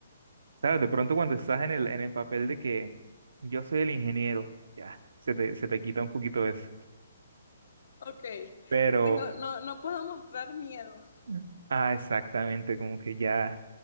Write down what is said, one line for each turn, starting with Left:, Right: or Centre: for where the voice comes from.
Right: ¿sabes? De pronto cuando estás en el, en el papel de que yo soy el ingeniero, ya, se te, se te quita un poquito eso.
Left: Ok,
Right: Pero,
Left: tengo, no, no puedo mostrar miedo.
Right: Mm. ah, exactamente, como que ya,